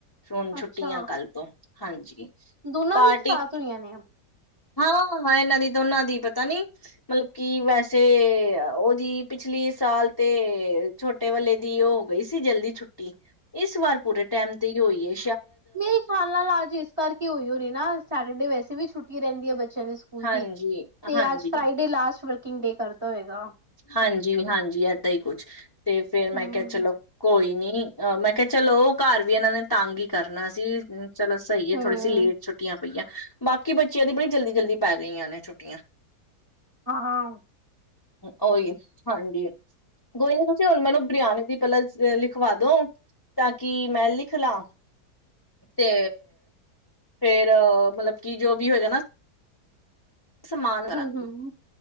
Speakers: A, on the left (about 20°); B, on the right (about 25°).
A: ਹੁਨ ਛੁੱਟੀਆਂ
B: ਅੱਛਾ
A: ਕੱਲ ਤੋਂ, ਹਾਂਜੀ!
B: ਦੋਨਾਂ
A: ਪਾਰਟੀ
B: ਦੀ ਇੱਕ ਸਾਥ ਹੋਈਆਂ ਨੇ
A: ਹਾਂ! ਏਨਾਂ ਦੀ ਦੋਨਾਂ ਦੀ ਪਤਾ ਨੀ ਮਤਲਬ ਕਿ ਵੈਸੇ ਔਦੀ ਪਿਛਲੀ ਸਾਲ ਤੇ ਛੋਟੇ ਵਾਲੇ ਦੀ ਔ ਹੋ ਗਈ ਸੀ ਜਲਦੀ ਛੁੱਟੀ ਇਸ ਵਾਰ ਪੂਰੇ ਟੈਮ ਤੇ ਈ ਹੋਈ ਏ।
B: ਮੇਰੇ ਖਿਆਲ ਨਾਲ ਆਜ ਇਸ ਕਰਕੇ ਹੋਈ ਹੋ ਤੇ ਨਾ ਸੈਟਰਡੇ ਵੈਸੇ ਵੀ ਛੁੱਟੀ ਰੇਂਦੀ ਏ ਬੱਚ ਚੇਆਂ ਦੇ ਸਕੂਲ
A: ਹਾਂਜੀ
B: ਦੀ। ਤੇ
A: ਹਾਂਜੀ
B: ਆਜ Friday last working day ਕਰਤਾ ਹੋਏਗਾ
A: ਹਾਂਜੀ-ਹਾਂਜੀ ਏਦਾਂ ਈ ਕੁਛ ਤੇ ਫੇਰ ਮੈਂ
B: ਹਮ
A: ਕਿਹਾ ਚਲੋ ਕੋਈ ਨੀ ਹੰ ਮੈਂ ਕਿਆ ਚਲੋ ਘਰ ਵੀ ਏਨਾਂ ਨੇ ਤੰਗ ਈ ਕਰਨਾ ਸੀ। ਚਲੋ ਸਹੀ ਏ
B: ਹਮ
A: ਥੋੜ੍ਹੀ ਸੀ ਲੇਟ ਛੁੱਟੀਆਂ ਪਈਆਂ ਬਾਕੀ ਬੱਚਿਆਂ ਦੀ ਬੜੀ ਜਲਦੀ-ਜਲਦੀ ਪੈ ਗਈਆਂ ਨੇ ਛੁੱਟੀਆਂ।
B: ਹਾਂ
A: ਓਹੀ ਹਾਂਜੀ ਕੋਈ ਨੀ ਤੁਸੀਂ ਹੁਨ ਮੈਨੂੰ ਬਰਿਆਨੀ ਦੀ ਪੇਲਾਂ ਲਿਖਵਾ ਦੋ ਤਾਂ ਕਿ ਮੈਂ ਲਿਖ ਲਾ ਤੇ ਫੇਰ ਮਤਲਬ ਕਿ ਜੋ ਵੀ ਹੋਜਾ ਨਾ ਸਨਮਾਨ ਕਰਾਂਗੀ
B: ਹਮ ਹਮ